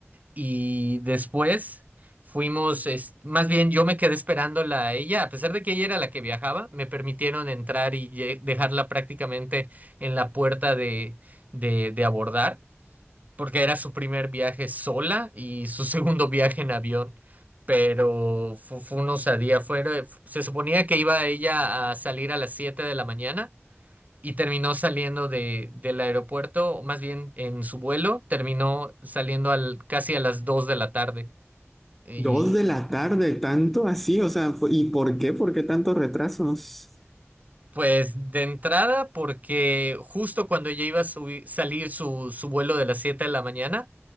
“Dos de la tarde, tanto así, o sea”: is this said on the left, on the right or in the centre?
Centre